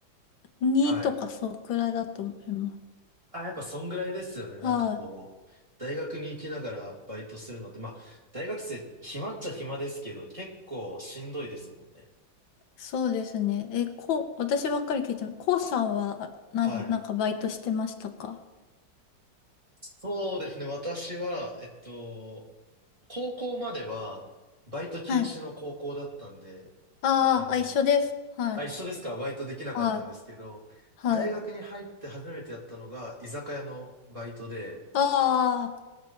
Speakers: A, on the left (about 85°); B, on the right (about 15°).
A: 2とかそのくらいだと思います。
B: はい。あ、やっぱそんぐらいですよね。
A: はい。
B: なんかこう、大学に行きながらバイトするのって、まあ、大学生、暇っちゃ暇ですけど、結構しんどいですもんね。
A: そうですね。え、こう、私ばっかり聞いても、こうさんは、なん、
B: はい。
A: なんかバイトしてましたか
B: そうですね。私は、えっと、高校までは、バイト禁止の高校だったんで、
A: はい。あーあ、
B: あの、
A: 一緒です。はい。
B: あ、一緒ですかバイトできなかったんですけど、
A: はい。はい。
B: 大学に入って初めてやったのが居酒屋のバイトで、
A: ああ、